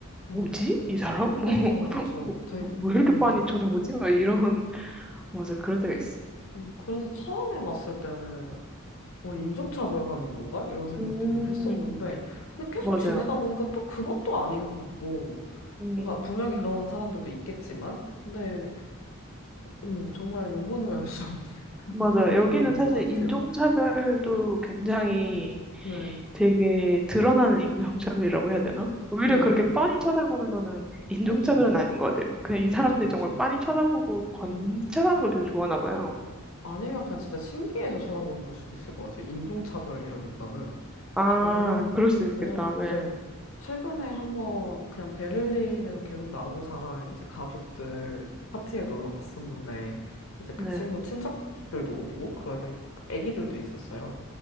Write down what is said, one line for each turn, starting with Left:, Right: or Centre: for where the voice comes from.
Left: 어,
Centre: 뭐지? 이 사람? <laughs>
Left: 그쵸, 그쵸.
Centre: 뭐,
Left: 되게,
Centre: 뭐, 왜 이렇게
Left: 음,
Centre: 빤히 쳐다보지? 막 이런
Left: 네.
Centre: 맞아 그럴 때가 있어.
Left: 음, 그래서 처음에 왔을 때는 뭐 인종차별하는 건가? 이런 생각들을
Centre: 음.
Left: 했었는데, 근데 계속
Centre: 맞아요.
Left: 지내다 보니까 또 그것도 아닌 것 같고,
Centre: 음.
Left: 뭔가 분명히 그런 사람들도 있겠지만, 근데 어, 정말 연분을 알 수 없는 <laughs>
Centre: 맞아요.
Left: 그런 분들이
Centre: 여기는
Left: 있는
Centre: 사실
Left: 것
Centre: 인종차별도
Left: 같아요.
Centre: 굉장히
Left: 네,
Centre: 되게 드러나는 인종차별이라고 해야 되나? 오히려
Left: 네,
Centre: 그렇게 뻔히 쳐다보는 거는 인종차별은
Left: 그쵸,
Centre: 아닌 것 같아요. 그냥 이
Left: 그쵸,
Centre: 사람들이
Left: 그쵸.
Centre: 정말 빤히 쳐다보고 관찰하는
Left: 음,
Centre: 걸 되게 좋아하나 봐요.
Left: 아니면 그냥 진짜 신기해서 쳐다보는 걸 수도 있을 것 같아요. 인종차별이라기보다는.
Centre: 아,
Left: 왜냐면,
Centre: 그럴 수도 있겠다.
Left: 왜냐,
Centre: 네.
Left: 네. 최근에 한번 그냥 베를린에서 계속 나오고 자란 이제 가족들 파티에 놀러 갔었는데, 이제 그
Centre: 네.
Left: 친구 친척들도 오고, 그러니까 이제 막 애기들도 있었어요.